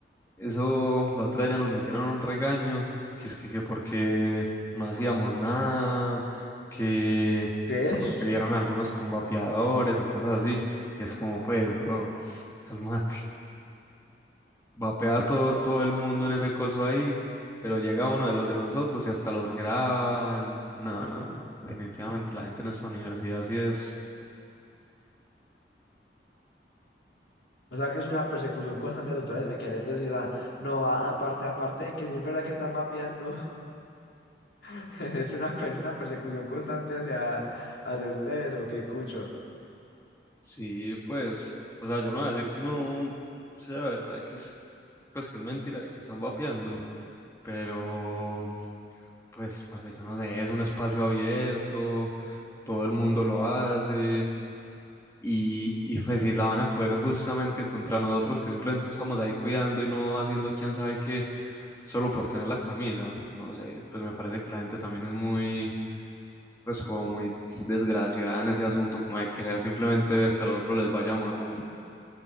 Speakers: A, on the left; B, on the left.
A: Eso, la otra vez ya nos metieron un regaño, que es que, que porque no hacíamos nada, que,
B: ¿qué?
A: que
B: es?
A: porque vieron algunos con vapeadores y cosas así, y es como, pues, bro, <laughs> cálmate. vapea todo, todo el mundo en ese coso ahí, pero llega uno de los de nosotros y hasta los graban. No, no, no. Definitivamente la gente en esta universidad sí es.
B: O sea, que es una persecución constante de tutores, me quieren decir, o sea, no, a- aparte, aparte de que si es verdad que están mapeando, <laughs> es una, co- es una persecución constante hacia, hacia ustedes, o qué cucho.
A: Sí, pues, o sea, yo no voy a decir que no sea verdad, que es, pues que es mentira y que están vapeando, pero pues, parce, yo no sé, es un espacio abierto, todo el mundo lo hace, y, y pues si la van a coger justamente contra nosotros que simplemente estamos ahí cuidando y no haciendo quién sabe qué, solo por tener la camisa. No sé, pues me parece que la gente también es muy, pues como muy desgraciada en ese asunto, como de querer simplemente ver que al otro les vaya mal.